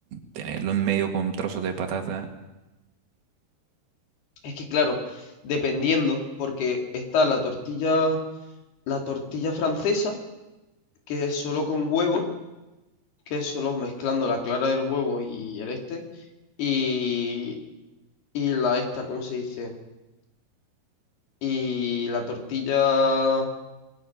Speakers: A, on the right; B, on the left.
A: tenerlo en medio con trozos de patata,
B: es que, claro, dependiendo, porque está la tortilla, la tortilla francesa, que es solo con huevo, que es solo mezclando la clara del huevo y el este, y, y la esta, ¿cómo se dice? Y la tortilla